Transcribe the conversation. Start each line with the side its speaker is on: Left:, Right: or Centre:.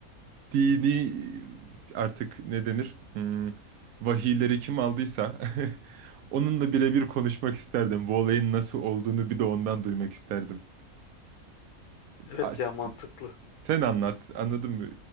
Right: dini artık ne denir? Hmm, vahiyleri kim aldıysa <laughs> onunla birebir konuşmak isterdim. Bu olayın nasıl olduğunu bir de ondan duymak isterdim
Left: Evet
Right: as-
Left: ya mantıklı.
Right: sen anlat. Anladın mı?